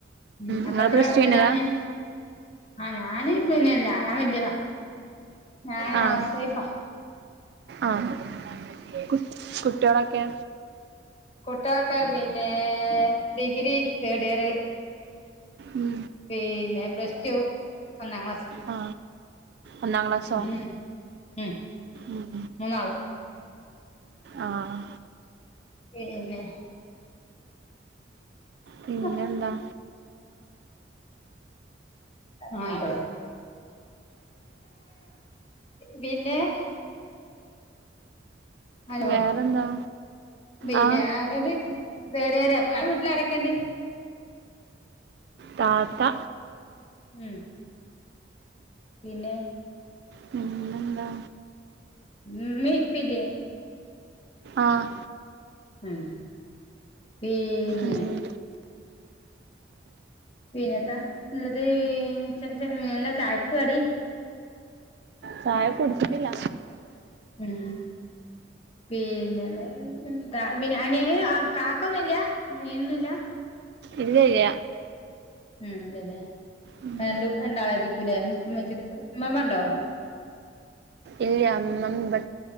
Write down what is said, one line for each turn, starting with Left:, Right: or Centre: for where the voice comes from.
Left: ഉം അപ്പൊ
Right: ഇങ്ങള്
Left: എത്ര
Right: പ്ലസ് ടു
Left: ഇതിലാണ്
Right: കയ്ഞ്ഞതാ? <inaudible>
Left: ആ ഞാന് പിന്നെല്ല ഞാൻ വല്യതാ ഞാന്
Right: ആഹ്
Left: ഹൗസ് വൈഫാ
Right: ആഹ് കുട്.. കുട്യോളൊക്കെ
Left: കുട്യൊളെക്കെ പിന്നെ.. ഡിഗ്രി തേഡിയറ്
Right: ഉം
Left: പീന്നെ പ്ലസ് ടു, ഒന്നാം ക്ലാസ്
Right: ആ. ഒന്നാം ക്ലാസോ.
Left: ഉം ഉം
Right: ഉം
Left: മൂന്നാള്
Right: ആഹ്
Left: പീന്നേ...
Right: പിന്നെന്താ
Left: <inaudible> ഴയ വേ പിന്നെ <inaudible> <unintelligible> അയോ.
Right: വേറെന്താ
Left: പിന്നെ
Right: ആഹ്
Left: ന്നട്ട് പെരേര അൻ്റെ വീട്ടിലാരൊക്കെണ്ട്
Right: താത്ത
Left: ഉം പിന്നെ
Right: പിന്നന്താ
Left: ഉമ് ഇമ്മി ഇപ്പി ഇല്ലേ
Right: ആഹ്
Left: ഉമ് പീന്നെ
Right: ഉം
Left: വിനത ഉള്ളത് ചാ ചാ എന്താ ചായക്ക് കടി
Right: ചായ കുടിച്ചിട്ടില്ല
Left: ഉമ് പിന്നെ ഉമ് പിന്നെ അനിയ കാക്കൊന്നും ല്ല അനിയനൊന്നും ല്ല
Right: ഇല്ല ഇല്ല
Left: ഉമ് ഇല്ല ല്ലേ
Right: ഉം
Left: രണ്ട് രണ്ടാളായിരിക്കൂലേ മ്മച്ചക്ക് ഉമാമ്മ ഉണ്ടോ <inaudible>
Right: ഇല്ലയ മമ്മ